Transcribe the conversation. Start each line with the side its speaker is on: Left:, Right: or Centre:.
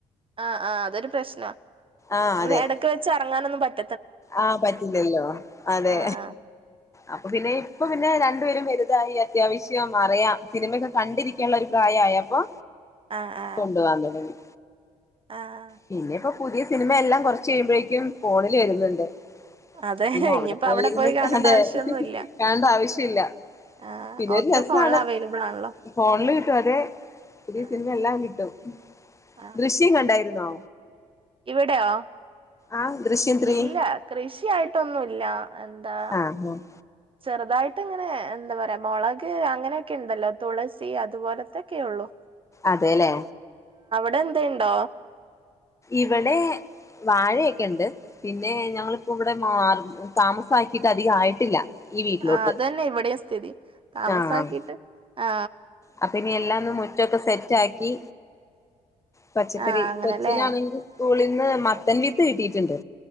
Right: ആ ആഅതൊരു പ്രശ്നമ
Left: ആഹ്
Right: അങ്ങനെ
Left: അതെ
Right: ഇടക്ക് വെച്ച് എറങ്ങാനൊന്നും പറ്റ
Left: ആഹ് പറ്റില്ലല്ലോ അതെ
Right: ആഹ്
Left: അപ്പൊ പിന്നെ ഇപ്പ പിന്നെ രണ്ടുപേരും വലുതായി അത്യാവശ്യം അറിയാം സിനിമയൊക്കെ കണ്ടിരിക്കാള്ളെ ഒരു പ്രായാ ആയപ്പോ
Right: ആഹ് ആഹ്
Left: കൊണ്ടോവാൻ തുടങ്ങി.
Right: ആഹ്.
Left: പിന്നെ ഇപ്പൊ പുതിയ സിനിമയെല്ലാം കുറച്ച് കഴിയുമ്പോഴേക്കും ഫോണില് വരുന്നുണ്ട്.
Right: അതെ
Left: പിന്നെ
Right: ഇനിയിപ്പോ
Left: അവിടെ പോയിര്ന്ന്
Right: പോയി കാണണ്ട
Left: അതെ
Right: ആവശ്യൊന്നുല്ല
Left: കാണണ്ട ആവശ്യമില്ല.
Right: ആഹ്
Left: പിന്നെ
Right: ഒക്കെ
Left: ഒരു രസാണ്.
Right: ഫോണിൽ അവൈലബിൾ ആണല്ലോ
Left: ഫോണില് കിട്ടും അതെ. പുതിയ
Right: ആഹ്
Left: സിനിമ എല്ലാം കിട്ടും.
Right: ആഹ്
Left: ദൃശ്യം കണ്ടായിരുന്നോ?
Right: ഇവിടെയോ
Left: ആഹ് ദൃശ്യം ത്രീ
Right: ഇല്ല. കൃഷിയായിട്ടൊന്നൂല്ല എന്താ
Left: ആഹ് ആഹ്
Right: ചെറുതായിട്ട്ഇങ്ങ പിന്നെ എന്താ പറയാ മൊളക് അങ്ങനെയൊക്കെ ഉണ്ടല്ലോ തുളസി അതുപോലത്തൊക്കെ ഉള്ളു.
Left: അതേലെ.
Right: ടെ എന്തേണ്ടോ?
Left: ഇവടെ വാഴയൊക്കെ ഉണ്ട്. പിന്നെ ഞങ്ങളിപ്പോ ഇവിടെ മാ താമസാക്കീട്ട് അധികം ആയിട്ടില്ല. ഈ വീട്ടിലോട്ട്
Right: ആ അത് തന്നെ ഇവിടെയും സ്ഥിതി. താമസാക്കീട്ട്
Left: ആഹ്
Right: ആ
Left: അപ്പൊ ഇനി എല്ലാം ഒന്ന് മുറ്റൊക്കെ സെറ്റ് ആക്കി പച്ചക്കറി
Right: ആ അങ്ങനല്ലേ
Left: കൊച്ചിനാണെങ്കിൽ സ്കൂളിൽ നിന്ന് മത്തൻ വിത്ത് കിട്ടിയിട്ട്ണ്ട്.